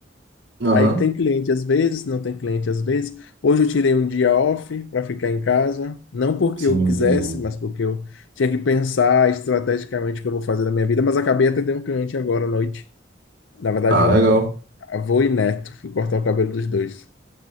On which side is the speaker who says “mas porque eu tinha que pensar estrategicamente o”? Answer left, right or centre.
Left